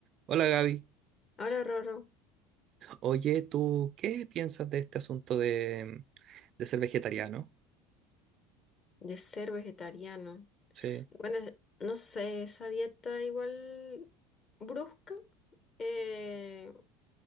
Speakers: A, on the right; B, on the left.
A: Hola Gaby.
B: Hola, Rorro,
A: Oye, ¿tú qué piensas de este asunto de, de ser vegetariano?
B: de ser vegetariano.
A: Sí.
B: Bueno, es- no sé, esa dieta igual brusca eh,